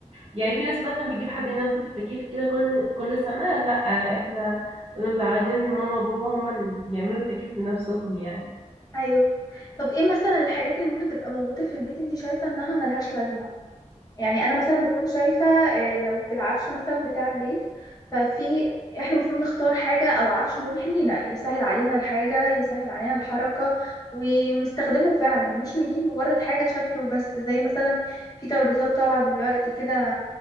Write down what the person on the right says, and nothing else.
يعني في ناس مثلا بتجيب حد ينظف التكييف كده كل كل سنة لا احنا كنا متعودين ان ماما وبابا هما اللي بيعملوا التكييف بنفسهم يعني